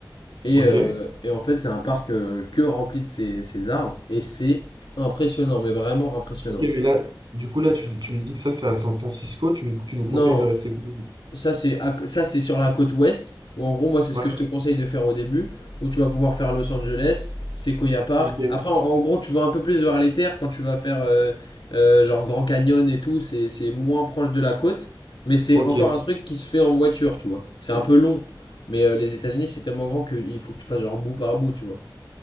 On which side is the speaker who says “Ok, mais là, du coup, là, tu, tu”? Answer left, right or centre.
Right